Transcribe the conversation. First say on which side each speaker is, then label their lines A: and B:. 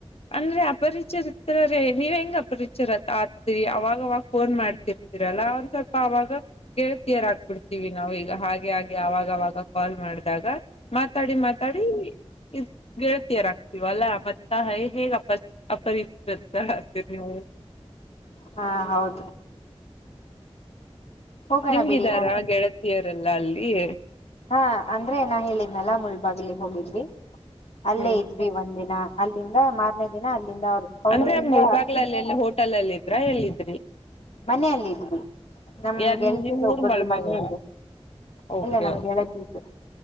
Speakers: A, on the left; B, on the left.
A: ಅಂದ್ರೆ ಅಪರಿಚಿತರೇ ನೀವ್ ಹೆಂಗ್ ಅಪರಿಚರ ಆತಿರಿ ಅವಾಗ ಅವಾಗ ಫೋನ್ ಮಾಡ್ತಿರ್ತೀರಲಾ ಒಂದ್ ಸ್ವಲ್ಪ ಅವಾಗ ಗೆಳತಿಯರ್ ಆಗ್ಬಿಡ್ತೀವಿ ನಾವು ಈಗ ಹಾಗೆ ಹಾಗೆ ಅವಾಗ ಅವಾಗ ಕಾಲ್ ಮಾಡದಾಗ ಮಾತಾಡಿ ಮಾತಾಡಿ ಇರ್ ಗೆಳತಿಯರ್ ಆಗ್ತೀವಿ ಅಲ್ಲಾ ಮತ್ತ ಹ ಹೈ ಹೇಗ್ ಅಪರ್ ಅಪರಿ ಶ್ರದ್ಧಾ ಹಾಕ್ತೀರಿ ನೀವು
B: ಹಾ ಹೌದು ಹೋಗೋಣ
A: ನಿಮ್ಗಿದಾರಾ
B: ಬಿಡಿ ನನ್
A: ಗೆಳತಿಯರೆಲ್ಲಾ ಇ
B: ಹಾ ಅಂದ್ರೆ ನಾ ಹೇಳಿದ್ನಲ್ಲಾ ಮುಳಬಾಗ್ಲಿಗ್ ಹೋಗಿದ್ವಿ ಅಲ್ಲೇ
A: ಹ್ಮ್
B: ಇದ್ವಿ ಒಂದಿನ ಅಲ್ಲಿಂದ ಮಾರ್ನೇ ದಿನ ಅಲ್ಲಿಂದ ಅವ್ರ ಅವ್ರೂರಿಂದ
A: ಅಂದ್ರೆ ಮುಳಬಾಗಲಲ್ಲಿ ಎಲ್ಲಿ ಹೊಟ್ ಹೋಟಲಲ್ಲಿ ಇದ್ರಾ ಎಲ್ಲಿದ್ರಿ
B: ಮನೇಲೆ ಇದ್ವಿ ನಮ್
A: ಯ
B: ಗೆಳತಿದ್
A: ನಿಮ್
B: ಒಬ್ಬರ್ದ
A: ಊರ್ ಮುಳಬಾಗ್ಲ
B: ಮನೆ ಇದೆ
A: ಓಕೆ
B: ಇಲ್ಲೆ ನಮ್
A: ಓಕೆ
B: ಗೆಳತಿದು